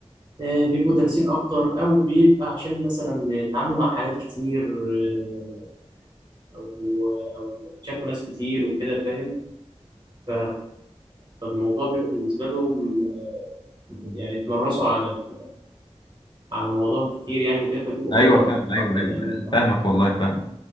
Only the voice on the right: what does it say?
بيبقوا دارسين اكتر او بيبقى عشان مثلا اتعاملوا مع حالات كتير آه، او او شافوا ناس كتير وكده فاهم ف- فالموضوع بيبقى بالنسبه لهم آه، يعني اتمرسوا على ال- على الموضوع كتير يعني وكده فبيبقوا
خبره
اكتر
يعني أنا أعتقد.